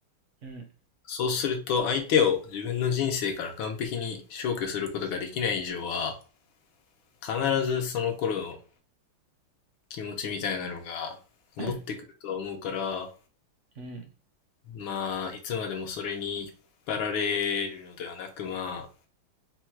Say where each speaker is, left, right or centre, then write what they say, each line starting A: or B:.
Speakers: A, on the right; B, on the left.
A: うん。
B: そうすると相手を自分の人生から完璧に消去することができない以上は、必ずその頃の気持ちみたいなのが戻ってくるとは思うから、
A: <coughs> うん。
B: まあ、いつまでもそれに引っ張られるのではなく、まあ、